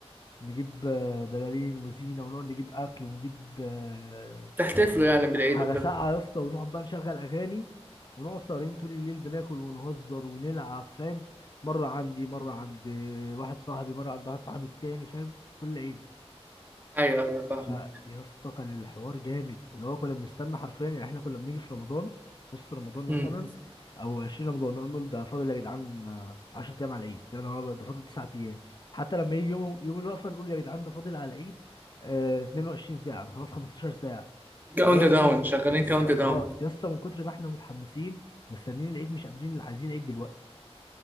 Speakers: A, on the left; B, on the right.
A: نجيب آه، بلالين وزينه ونقعد نجيب اكل ونجيب آه،
B: تحتفلوا يعني بالعيد
A: حاجه
B: وكده
A: ساقعه يا اسطى ونقعد بقى نشغل اغاني ونقعد سهرين طول الليل بناكل ونهزر ونلعب فاهم مره عندي مره
B: مم.
A: عند واحد صاحبي مره عند واحد صاحبي التاني فاهم كل عيد
B: ايوه ايوه فاهم
A: فيا اسطى كان الحوار جامد اللي هو كنا بنستنى حرفيا يعني احنا كنا بنيجي في رمضان نص رمضان مثلا
B: امم
A: او 20 رمضان نقعد نقول ده فاضل يا جدعان آه، 10 ايام على العيد يا نهار ابيض ده فاضل 9 ايام حتى لما يجي يوم يوم الوقفه نقول يا جدعان ده فاضل على العيد آه 22 ساعه ده خلاص 15 ساعه
B: كاونت
A: لدرجه
B: داون
A: ان احنا
B: شغالين
A: يا اسطى
B: كاونت
A: اه
B: داون
A: يا اسطى من كتر ما احنا متحمسين مستنيين العيد مش قادرين عايزين العيد دلوقتي